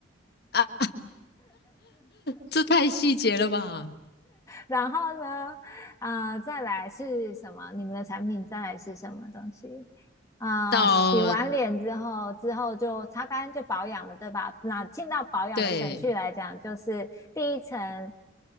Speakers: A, on the left; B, on the left.
A: 啊，这太细节了吧？
B: 然后呢，啊，再来是什么？你们的产品再来是什么东西？啊、
A: 到，
B: 呃洗完脸之后，之后就擦干就保养了，对吧？那进到保养的程序来讲，
A: 对，
B: 就是第一层